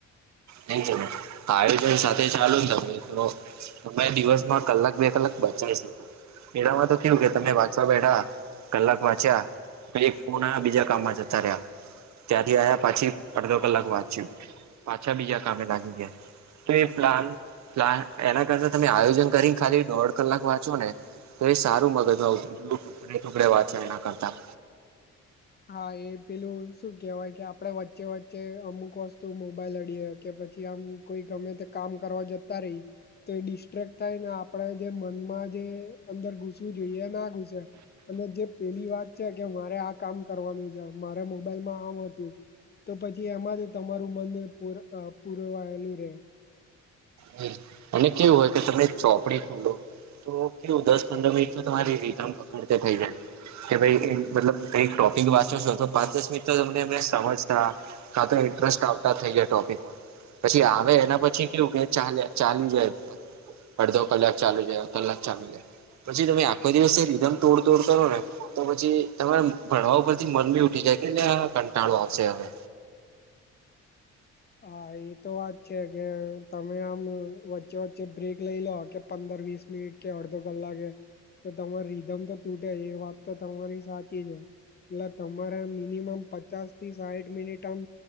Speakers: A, on the right; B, on the left.
A: તેજ ને તળેજન સાથે ચાલુ ને તો એકલો તમે દિવસમાં કલાક બે કલાક બચાવી શકો. એનામાં તો કેવું કે તમે વાંચવા બેઠા કલાક વાંચ્યા પાહિ એક ફોન બીજા કામમાં જતા રહ્યા. ત્યાંથી આયા પાછી અડધો કલાક વાંચ્યું પાછા બીજા કામે લાગી ગયા. તો એ પ્લાન પ્લા એના કરતા તમે આયોજન કરી ખાલી દોઢ કલાક વાંચો ને તો એ સારું મગજ માં <unintelligible> ટુકડે ટુકડે વાંચો એના કરતા.
B: હા એ પેલું શું કેહેવાય કે આપડે વચ્ચે વચ્ચે અમુક વસ્તુ મોબાઈલ અડીએ કે પછી આમ કોઈ ગમે તે કામ કરવા જતા રહી તો એ ડિસ્ટ્રેક થાય ને આપણે જે મનમાં જે અંદર ઘુસવું જોઈએ ના ઘુસે. અને જે પેલી વાત છે કે મારે આ કામ કરવાનું છે મારે મોબાઈલમાં આમ હતું તો પછી એમાં જ તમારું મન પુ આ પુરવાયેલું રે.
A: જી. અને કેવું હોય કે તમે ચોપડી ખોલો તો કેવું દસ પંદર મિનિટ તો તમારી રીધમ પકડતે થઈ જાય કે ભાઈ એ મતલબ કઈ ટોપિક વાંચો છો તો પાંચ દસ મિનિટ તો તમને અમને સમજતા કા તો ઇન્ટરેસ્ટ આવતા થઈ જાય ટોપિકમાં. પછી આવે એના પછી કેવું કે ચા ચાલી જાય. અડધો કલાક ચાલુ રે કલાક ચાલુ રે. પછી તમે આખો દિવસ રીધમ તોડ તોડ કરો ને તો પછી તમારે ભણવા ઉપરથી મન ભી ઉઠી જાય કે એટલે આ કંટાળો આવશે હવે.
B: હા એ તો વાત છે કે તમે આમ વા વચ્ચે વચ્ચે બ્રેક લઈ લો કે પંદર વીસ મિનિટ કે અડધો કલાકે તો તમારી રીધમ તો તૂટે છે એ વાત તો તમારી સાચી છે. એટલે તમારે મિનિમમ પચાસ થી સાહીઠ મિનિટ આમ